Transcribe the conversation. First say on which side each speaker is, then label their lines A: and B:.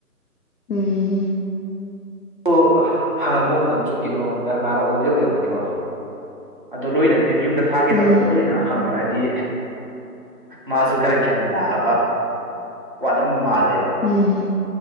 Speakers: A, on the left; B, on the right.
A: ꯎꯝ
B: ꯑꯣ ꯍꯪꯉꯛꯄ ꯃꯇꯝꯁꯨ ꯀꯩꯅꯣ ꯗꯔꯀꯥꯔ ꯑꯣꯏꯕꯗꯤ ꯑꯣꯏꯔꯝꯃꯅꯤꯀꯣ ꯑꯗꯣ ꯂꯣꯏꯅ ꯌꯨꯝꯗ ꯊꯥꯒꯦ
A: ꯎꯝ
B: ꯇꯧꯔꯒ ꯂꯣꯏꯅ ꯍꯪꯉꯛꯑꯗꯤ ꯃꯥꯁꯨ ꯈꯔ ꯒ꯭ꯌꯥꯟ ꯇꯥꯕ ꯋꯥꯠꯝꯕ ꯃꯥꯜꯂꯦꯕ
A: ꯎꯝ